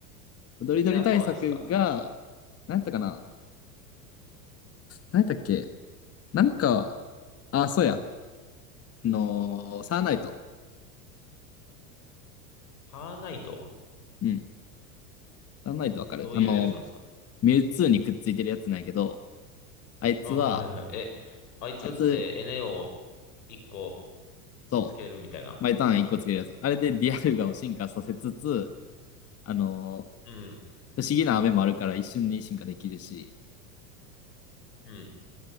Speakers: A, on the left; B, on the left.
A: 踊り鳥対策が、
B: いや、そうなんですか。
A: なんやったかななんやったっけなんか、あ、そうや。あのーサーナイト。
B: ハーナイト、
A: うん。サーナイトわかる。
B: どういうやつなんですか
A: あのーミュウツーにくっついてるやつなんやけど、あいつは、
B: あ、はいはいはい。え、あいつって
A: あいつ、
B: NA を一個
A: そう、
B: つけるみたいな。
A: 毎ターン一個つけるやつ。あれでディアルガを進化させつつ、あのー
B: うん、
A: 不思議な雨もあるから一瞬に進化できるし、
B: うん。